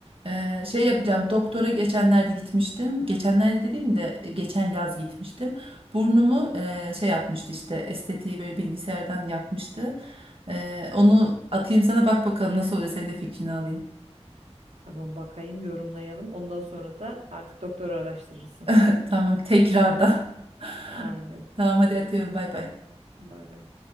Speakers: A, on the right (about 55°); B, on the right (about 80°).
A: Ee, şey yapacağım doktora geçenlerde gitmiştim. Geçenlerde dediğim de e, geçen yaz gitmiştim. Burnumu e, şey yapmıştı işte estetiği böyle bilgisayardan yapmıştı. Ee, onu atayım sana bak bakalım nasıl oluyor senin de fikrini alayım.
B: Tamam bakayım yorumlayalım. Ondan sonra da artık doktora araştırırsın.
A: <laughs> Tamam tekrardan. <laughs>
B: <laughs> Aynen.
A: Tamam hadi atıyorum bay bay.
B: Bay bay.